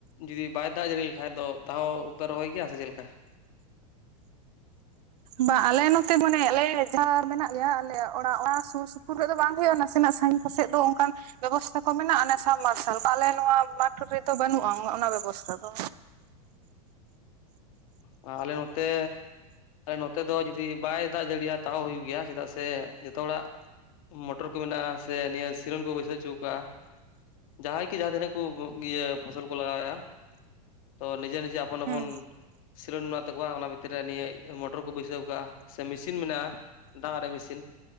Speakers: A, on the left; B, on the right.
A: ᱡᱩᱫᱤ ᱵᱟᱭ ᱫᱟᱜ ᱡᱟᱹᱲᱤ ᱞᱮᱠᱷᱟᱡ ᱫᱚ ᱛᱟᱦᱚᱣ ᱯᱮ ᱨᱚᱦᱚᱭ ᱠᱮᱭᱟ ᱥᱮ ᱪᱮᱜ ᱞᱮᱠᱟ
B: ᱵᱟ ᱟᱞᱮ ᱱᱚᱛᱮ ᱢᱟᱱᱮ ᱟᱞᱮ ᱡᱟᱦᱟᱸ ᱟᱨ ᱢᱮᱱᱟᱜ ᱞᱮᱭᱟ ᱟᱞᱮ ᱚᱲᱟᱜ ᱚᱱᱟ ᱥᱩᱨ ᱥᱩᱯᱩᱨ ᱨᱮ ᱫᱚ ᱵᱟᱝ ᱦᱩᱭᱩᱜᱼᱟ ᱱᱟᱥᱮᱱᱟᱜ ᱥᱟᱹᱜᱤ ᱥᱮᱜ ᱫᱚ ᱚᱝᱠᱟᱱ ᱵᱮᱵᱚᱥᱛᱷᱟ ᱠᱚ ᱢᱮᱱᱟᱜᱼᱟ ᱚᱱᱮ ᱥᱟᱵ ᱢᱟᱨᱥᱟᱞ ᱠᱚ ᱟᱞᱮ ᱱᱚᱣᱟ ᱢᱟᱴᱷ ᱨᱮᱫᱚ ᱵᱟᱹᱱᱩᱜᱼᱟ ᱚᱱᱟ ᱚᱱᱟ ᱵᱮᱵᱚᱥᱛᱷᱟ ᱫᱚ
A: ᱚ ᱟᱞᱮ ᱱᱚᱛᱮ ᱱᱚᱛᱮ ᱫᱚ ᱡᱩᱫᱤ ᱵᱟᱭ ᱫᱟᱜ ᱡᱟᱹᱲᱤᱭᱟ ᱛᱟᱣ ᱦᱩᱭᱩᱜ ᱜᱮᱭᱟ ᱪᱮᱫᱟᱜ ᱥᱮ ᱡᱚᱛᱚ ᱦᱚᱲᱟᱜ ᱢᱚᱴᱚᱨ ᱠᱚ ᱢᱮᱱᱟᱜᱼᱟ ᱥᱮ ᱱᱤᱭᱟᱹ ᱥᱤᱨᱚᱱ ᱠᱚ ᱵᱟᱹᱭᱥᱟᱹᱣ ᱪᱩ ᱠᱟᱜᱼᱟ ᱡᱟᱦᱟᱸᱭ ᱠᱮ ᱡᱟᱦᱟᱸ ᱛᱤᱱᱟᱹᱜ ᱠᱚ ᱠᱚ ᱤᱭᱟᱹ ᱯᱷᱚᱥᱚᱞ ᱠᱚ ᱞᱟᱜᱟᱣᱮᱜᱼᱟ ᱛᱚ ᱱᱤᱡᱮ ᱱᱤᱡᱮ ᱟᱯᱚᱱ
B: ᱦᱩᱸ
A: ᱟᱯ ᱵᱚᱱ ᱥᱤᱞᱳᱱ ᱱᱚᱣᱟᱜ ᱛᱟᱠᱚᱣᱟ ᱚᱱᱟ ᱵᱷᱤᱛᱤᱨ ᱨᱮ ᱱᱤᱭᱟᱹ ᱢᱚᱴᱚᱨ ᱠᱚ ᱵᱟᱹᱭᱥᱟᱹᱣ ᱟᱠᱟᱜᱼᱟ ᱥᱮ ᱢᱮᱥᱤᱱ ᱢᱮᱱᱟᱜᱼᱟ ᱫᱟᱜ ᱨᱮ ᱢᱤᱥᱤᱱ